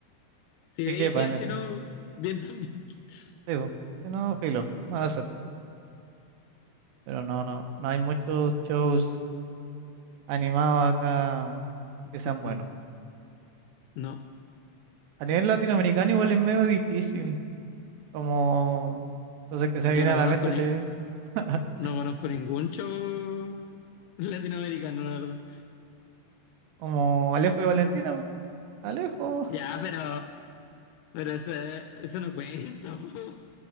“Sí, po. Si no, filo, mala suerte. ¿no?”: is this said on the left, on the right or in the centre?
Right